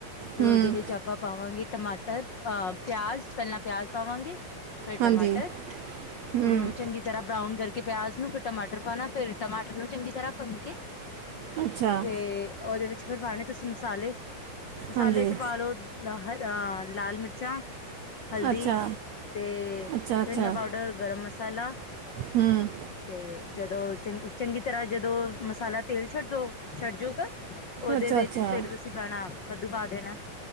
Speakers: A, on the left (about 80°); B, on the right (about 70°).
A: ਫਿਰ
B: ਹੂੰ
A: ਉਹਦੇ ਵਿੱਚ ਆਪਾਂ ਪਾਵਾਂ ਟਮਾਟਰ ਅਹ ਪਿਆਜ਼ ਪਹਿਲਾਂ ਪਿਆਜ ਪਾਵਾਂਗੇ ਫਿਰ
B: ਹਾਂਜੀ
A: ਟਮਾਟਰ
B: ਹੂੰ
A: ਉਹਨੂੰ ਚੰਗੀ ਤਰ੍ਹਾਂ ਬਰਾਊਨ ਕਰਕੇ ਕੇ ਪਿਆਜ ਨੂੰ ਫਿਰ ਟਮਾਟਰ ਪਾਉਣਾ ਫਿਰ ਟਮਾਟਰ ਨੂੰ ਚੰਗੀ ਤਰ੍ਹਾਂ ਭੁੰਨ ਕੇ
B: ਅੱਛਾ
A: ਤੇ ਉਹਦੇ ਵਿੱਚ ਫਿਰ ਪਾਉਣੇ ਤੁਸੀਂ ਮਸਾਲੇ ਮਸਾਲੇ
B: ਹਾਂਜੀ
A: ਚ ਪਾਾਲ ਲੋ <inaudible> ਅਹ ਲਾਲ ਮਿਰਚਾਂ ਹਲਦੀ
B: ਅੱਛਾ
A: ਤੇ
B: ਅੱਛਾ ਅੱਛਾ
A: ਧਨੀਆ ਪਾਊਡਰ ਗਰਮ ਮਸਾਲਾ
B: ਹੂੰ
A: ਤੇ ਜਦੋਂ ਚੰ ਚੰਗੀ ਤਰ੍ਹਾਂ ਜਦੋਂ ਮਸਾਲਾ ਤੇਲ ਛੱਡ ਦੋ ਛੱਡ ਜੂਗਾ ਉਹਦੇ
B: ਅੱਛਾ
A: ਵਿੱਚ
B: ਅੱਛਾ
A: ਫਿਰ ਤੁਸੀਂ ਪੈਣਾ ਕੱਦੂ ਪਾ, ਦੇਣਾ।